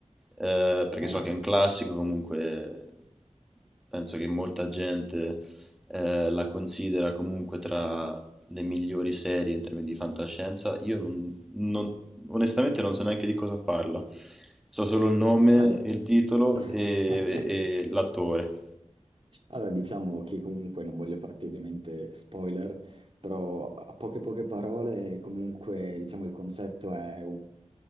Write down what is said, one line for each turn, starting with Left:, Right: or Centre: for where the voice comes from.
Centre: Eh, perché
Right: Eh.
Centre: so che è un classico, comunque penso che molta gente eh, la considera comunque tra le migliori serie in termini di fantascienza. Io non, non- onestamente non so neanche di cosa parla, so solo il nome,
Right: Ah, di-
Centre: il titolo
Right: <laughs>
Centre: e, e l'attore.
Right: Allora, diciamo che comunque non voglio farti ovviamente spoiler, però a poche poche parole, comunque, diciamo, il concetto è